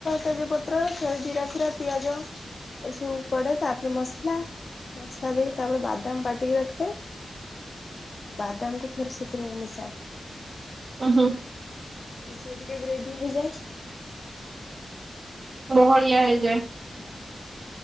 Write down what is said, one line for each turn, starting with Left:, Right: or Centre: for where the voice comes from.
Left: ତେଜପତ୍ର, ସେଇ ଜିରା ଫିରା, ପିଆଜ ଏସବୁ ପଡେ। ତାପରେ ମସଲା। ମସଲା ଦେଇକି ତାପରେ ବାଦାମ ବାଟିକି ରଖିଥାଏ। ସେ ବାଦାମକୁ ଫେର ସେଥିରେ ମିଶାଏ।
Right: ଉ, ହୁଁ।
Left: ସିଏ ଟିକେ ଗ୍ରେଭି ହେଇଯାଏ।
Right: ବହଳିଆ ହେଇଯାଏ।
Left: ହଁ।